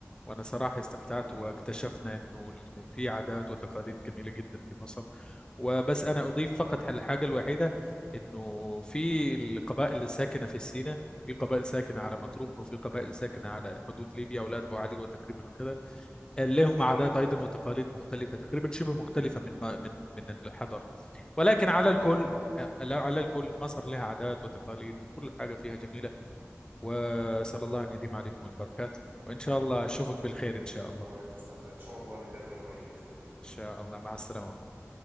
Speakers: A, on the left (about 15°); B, on the right (about 50°).
A: وأنا صراحة استمتعت
B: شكرا جدا
A: واكتشفنا أنه في عادات وتقاليد جميلة جدا في مصر وبس أنا أضيف فقط على الحاجة الوحيدة أنه في القبائل الساكنة في سيناء وفي قبائل ساكنة على مطروح وفي قبائل ساكنة على حدود ليبيا ولاة أبو علي وتقريبا وكذا لهم
B: اه
A: عادات أيضا وتقاليد مختلفة تقريبا شبه مختلفة من من من الحضر ولكن
B: الش-
A: على
B: بالظبط
A: الكل
B: اه
A: لا على الكل مصر لها عادات وتقاليد وكل حاجة فيها جميلة وأسأل الله أن يديم عليكم البركات وإن شاء
B: يا رب
A: الله أشوفك
B: ربنا
A: بالخير
B: يبارك
A: إن شاء
B: لك
A: الله
B: وتستمتع ان شاء الله نتقابل قريب بإذن الله
A: إن شاء الله مع السلامة